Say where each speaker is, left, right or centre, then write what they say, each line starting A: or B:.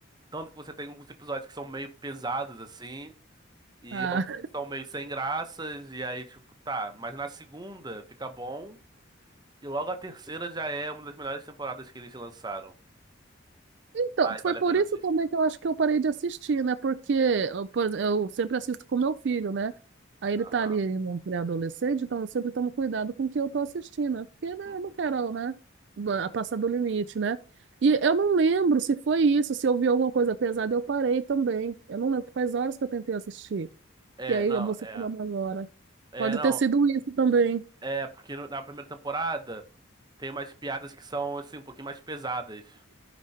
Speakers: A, on the right; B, on the right.
A: Tanto que você tem alguns episódios que são meio pesados, assim, e
B: ah
A: alguns que são meio sem graças, e aí, tipo, tá. Mas na segunda fica bom, e logo a terceira já é uma das melhores temporadas que eles lançaram.
B: Então,
A: Aí vale
B: foi por
A: a pena
B: isso
A: assistir.
B: também que eu acho que eu parei de assistir, né? Porque eu, por exe- eu sempre assisto com meu filho, né? Aí ele
A: Aham.
B: tá ali no pré-adolescente, então eu sempre tomo cuidado com o que eu tô assistindo, né? Porque né,
A: Uhum.
B: eu não quero, né? ba-
A: Uhum.
B: Passar do limite, né? E eu não lembro se foi isso, se eu vi alguma coisa pesada, eu parei também. Eu não lembro, faz horas que eu tentei assistir.
A: É,
B: E aí
A: não,
B: você
A: é.
B: falando agora.
A: É,
B: Pode
A: não.
B: ter sido isso também,
A: É, porque no- na primeira temporada tem umas piadas que são, assim, um pouquinho mais pesadas.